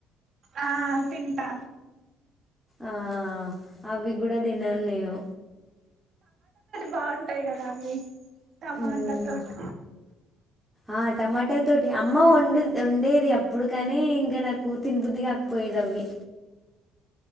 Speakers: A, on the right; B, in the centre.
A: ఆ తింటా
B: ఆ అవి కూడా తిన్నాన్ నేను
A: బాగుంటాయ్ కదా అవి టమాటా
B: మ్మ్
A: తోట్
B: ఆ టమాటా తోటి అమ్మ వొండే వొండేది అప్పుడు కాని ఇంకా నాకు తిన బుద్ధి కాకపోయేదప్ అవి